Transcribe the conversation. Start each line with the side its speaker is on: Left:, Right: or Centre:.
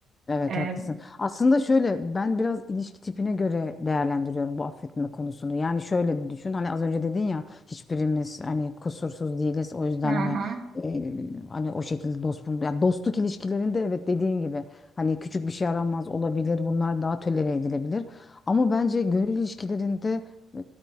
Left: Evet
Right: E,
Left: haklısın. Aslında şöyle ben biraz ilişki tipine göre değerlendiriyorum bu affetme konusunu. Yani şöyle düşün hani az önce dedin ya hiçbirimiz hani kusursuz değiliz. O yüzden
Right: hı hı,
Left: hani e, hani o şekilde dost bul- ya dostluk ilişkilerinde evet dediğin gibi hani küçük bir şey aranmaz olabilir. Bunlar daha tolere edilebilir. Ama bence gönül ilişkilerinde e,